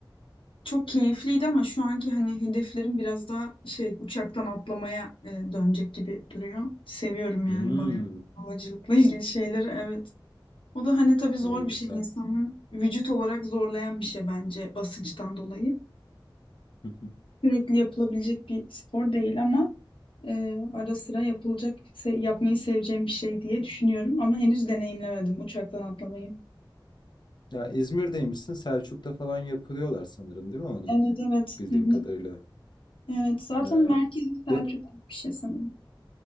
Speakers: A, on the left (about 85°); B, on the left (about 60°).
A: çok keyifliydi ama şu anki hani hedeflerim biraz daha şey uçaktan atlamaya e, dönecek gibi duruyor. Seviyorum yani
B: Hmm,
A: bayağı havacılıkla <laughs> ilgili şeyleri. Evet. O da hani tabii zor
B: o
A: bir
B: güzel.
A: şey insanın vücut olarak zorlayan bir şey bence basınçtan dolayı.
B: Hı hı.
A: sürekli yapılabilecek bir spor değil ama e, ara sıra yapılacak, se- yapmayı seveceğim bir şey diye düşünüyorum ama henüz deneyimlemedim uçaktan atlamayı.
B: Ya İzmir'deymişsin. Selçuk'ta falan yapıyorlar sanırım değil mi onu?
A: Evet evet.
B: Bildiğim
A: Hı hı.
B: kadarıyla.
A: Evet zaten
B: Ee,
A: merkezi Selçuk
B: dö-
A: gibi bir şey sanırım.